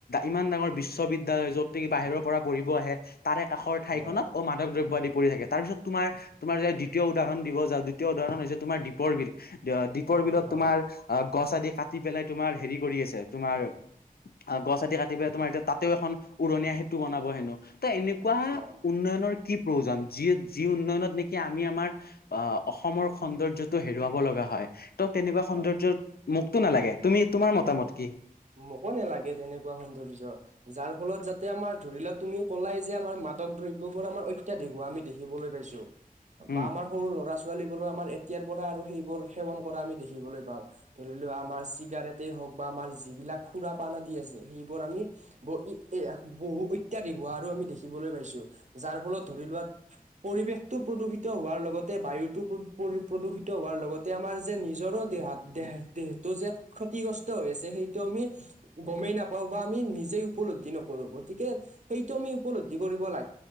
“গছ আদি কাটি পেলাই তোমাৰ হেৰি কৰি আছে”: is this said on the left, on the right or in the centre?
Left